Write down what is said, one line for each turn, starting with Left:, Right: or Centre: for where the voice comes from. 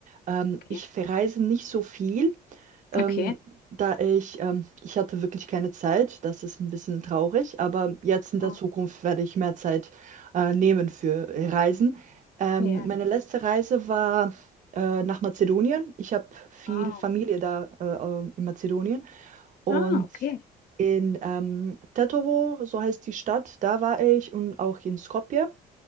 Right: Ähm,
Left: Okay.
Right: ich verreise nicht so viel, ähm,
Left: Okay.
Right: da ich, ähm, ich hatte wirklich keine Zeit. Das ist ein bisschen traurig, aber jetzt in der
Left: Oh,
Right: Zukunft werde ich mehr Zeit äh, nehmen für Reisen. Ähm,
Left: ja.
Right: meine letzte Reise war äh, nach Mazedonien. Ich habe viel
Left: Wow.
Right: Familie da äh, äh, in Mazedonien. Und
Left: Ah, okay.
Right: in ähm, Tetovo, so heißt die Stadt, da war ich und auch in Skopje,